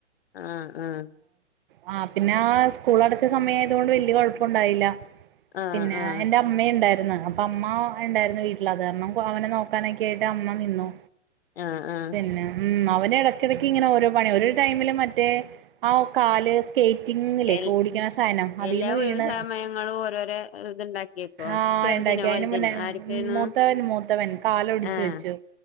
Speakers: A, on the left; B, on the right.
A: ആഹ്... ആഹ്.
B: ആ പിന്നെ ആ സ്കൂൾ അടച്ച സമയായതൊണ്ട് വല്യ കൊഴപ്പണ്ടായില്ല
A: ആഹ്
B: പിന്നെ
A: ആഹ്
B: എന്റ.. അമ്മ ഇണ്ടായിര്ന്ന് അപ്പ അമ്മ ഉണ്ടായിരുന്നു വീട്ടില് അത് കാരണം അവനെ നോക്കാനെക്കെയായിട്ട് അമ്മ നിന്നു...
A: ആഹ് ആഹ്
B: പിന്നെ ഉം അവനെടക്കെടക്ക് ഇങ്ങനെ ഓരോ പണി ഒരു ടൈമില് മറ്റേ ആ കാല് സ്കേറ്റിങ്ങ്ല്ലേ
A: എൽ
B: ഓടിക്കണ സാധനം അതീന്നു
A: എല്ലാ
B: വീണ്
A: ഒഴിവ് സമയങ്ങളും ഓരോരോ ഇത്ണ്ടാക്കിയേക്കോ
B: ആഹ
A: ചെറുതിനോ
B: ഉണ്ടാക്കി
A: വലുതിനോ
B: അയിന് മുന്നെ
A: ആര്ക്കേന്നു
B: മൂത്തവൻ മൂത്തവൻ കാല് ഒടിച്ചു
A: ആഹ്
B: വെച്ചു